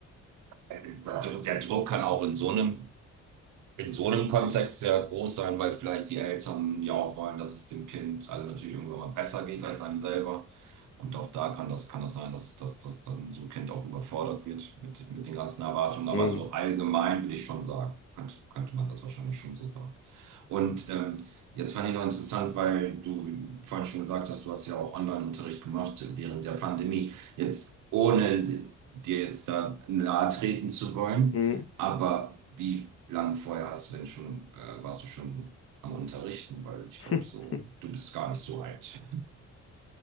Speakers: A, on the right; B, on the left.
A: Äh, der, der Druck kann auch in so einem in so einem Kontext sehr groß sein, weil vielleicht die Eltern ja auch wollen, dass es dem Kind also natürlich irgendwann mal besser geht als einem selber. Und auch da kann das, kann das sein, dass, dass, dass dann so ein Kind auch überfordert wird mit, mit den ganzen Erwartungen. Aber
B: Mhm.
A: so allgemein würde ich schon sagen, könnte, könnte man das wahrscheinlich schon so sagen. Und ähm, jetzt fand ich noch interessant, weil du vorhin schon gesagt hast, du hast ja auch Online-Unterricht gemacht während der Pandemie. Jetzt ohne dir jetzt da nahe treten zu wollen.
B: Mhm.
A: Aber wie lang vorher hast du denn schon, äh, warst du schon am Unterrichten? Weil ich
B: <laughs>
A: glaube, so, du bist gar nicht so alt.